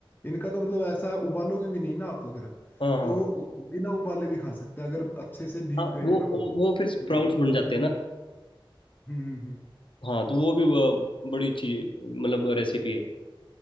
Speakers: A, on the left (about 20°); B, on the left (about 65°).
A: इनका तो मतलब ऐसा है उबालोगे भी नहीं ना आप अगर
B: हाँ हाँ
A: तो उ- बिना उबाले भी खा सकते हैं अगर अच्छे से भीग
B: हाँ
A: गए
B: वो
A: हैं ना वो
B: वो वो फिर स्प्राउट्स
A: पूरी रात
B: बन जाते हैं ना
A: हम्म हम्म हम्म
B: हाँ तो वो भी अ, बड़ी अच्छी मतलब रेसिपी है